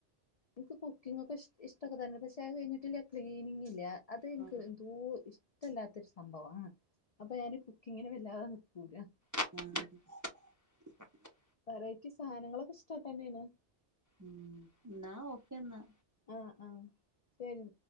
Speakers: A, on the left (about 70°); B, on the right (about 30°).
A: എനിക്ക് കുക്കിംഗ് ഒക്കെ ഇഷ് ഇഷ്ടക്കെ തന്നെ പക്ഷെ അത് കഴിഞ്ഞിട്ടുള്ള ക്ലീനിംങ് ഇല്ലേ അത് എനിക്ക്
B: ആ
A: എന്തോ ഇഷ്ടല്ലാത്തൊരു സംഭവാണ് അപ്പൊ ഞാന് ഇങ്ങനെ വല്ലാതെ നിക്കൂല
B: ആഹ്
A: വെറൈറ്റി സാധനങ്ങളൊക്കെ ഇഷ്ടം തന്നെയാണ്
B: മ്മ് എന്നാ ഓക്കെന്നാ
A: ആഹ് ആഹ് ശരി